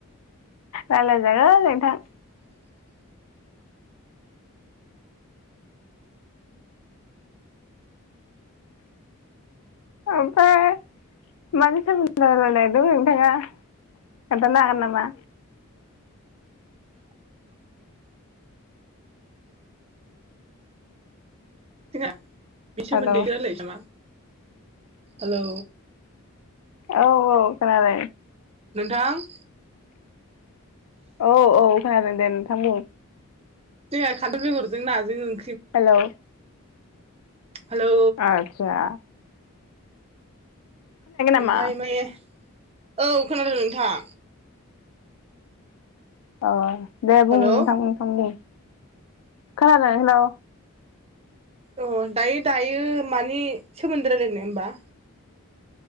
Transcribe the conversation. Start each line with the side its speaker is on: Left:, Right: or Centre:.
Left: रायलाय जागोन नोंथां। ओमफाय मानि सोमोनदै रायलायनायदों नोंथाङा खोन्थानो हागोन नामा।
Right: जोंहा <unintelligible> सोमोन्दै
Left: हेलौ
Right: रालायनो नामा हेलौ
Left: औ औ खोनादो
Right: नोंथां।
Left: औ औ खोनादों दे नोंथां बुं।
Right: जोंहा खान्थाल बेगरजों नाजों ओं
Left: हेलौ
Right: हेलौ
Left: आतसा। नामा
Right: ओमफाय <unintelligible> औ खोनादों नोंथां।
Left: अ दे बुं
Right: हेलौ
Left: नोंथां नोंथां बुं खोनादों हेलौ
Right: अ दायो दायो मानि सोमोन्दै रायलायनो होमबा।